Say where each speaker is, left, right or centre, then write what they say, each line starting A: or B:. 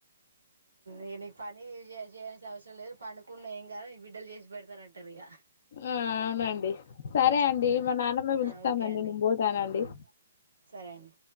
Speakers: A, on the right; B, on the left.
A: ఇగ నీకు పని జే జేయాల్సిన అవసరం లేదు పండుకున్న ఏం కాదు బిడ్డలు జేసి పెడతారంటారు ఇగ
B: హ్మ్ అవునండి సరే అండి
A: ఆ
B: మా నాన్నమ్మ పిలుస్తా
A: ఆ ఓకే
B: దండి
A: అండి
B: నేను పోతానండి
A: ఉమ్ సరే అండి